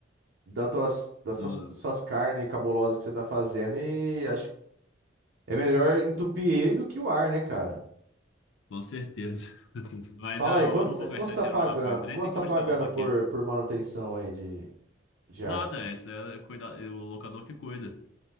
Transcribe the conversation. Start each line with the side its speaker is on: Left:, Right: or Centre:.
Right: da tuas, das suas,
Left: no-
Right: suas carnes cabulosas que você tá fazendo e acho que é melhor entupir ele do que o ar, né, cara?
Left: Com certeza. <laughs> Mas
Right: Fala
Left: é,
Right: aí,
Left: eu
Right: quanto
Left: não
Right: você
Left: vou
Right: quanto
Left: gastar
Right: você tá
Left: dinheiro
Right: pagando,
Left: numa coifa, nem
Right: quanto
Left: tem
Right: você
Left: como
Right: tá pagando
Left: instalar uma
Right: por,
Left: aqui.
Right: por manutenção aí de, de
Left: Nada,
Right: arma?
Left: esse é cuida, é o locador que cuida.